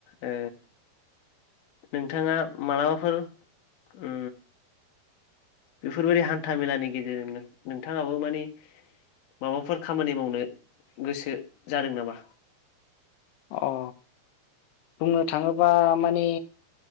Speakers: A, on the left; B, on the left.
A: ओ ओ‌नोंथाङा मालाबाफोर ओ बेफोरबायदि हान्था मेलानि गेजेरजोंनो नोंथाङाबो मानि माबाफोर खामानि मावनो गोसो जादों नामा?
B: अ बुंनो थाङोबा माने